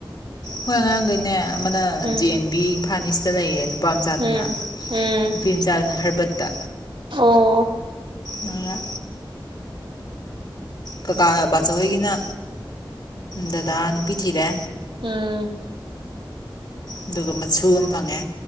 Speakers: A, on the left; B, on the right.
A: ꯈꫭꯏ ꯑꯉꯥꯡꯈꯩꯅꯦ ꯑꯃꯅ
B: um
A: J N B Imphal east ꯂꯩꯌꯦ ꯅꯨꯄꯥ ꯃꯆꯥꯗꯨꯅ
B: ꯎꯝ ꯎꯝ
A: ꯅꯨꯄꯤ ꯃꯆꯥꯗꯨꯅ ꯍꯔꯕꯠꯇ꯫
B: ꯑꯣ
A: ꯑ ꯀꯀꯥ ꯕꯥꯆꯋꯣꯏꯒꯤꯅ ꯗꯗꯥ ꯅꯨꯄꯤ ꯊꯤꯔꯦ꯫
B: ꯎꯝ
A: ꯑꯗꯨꯒ ꯃꯁꯨ ꯑꯃ ꯐꯪꯉꯦ꯫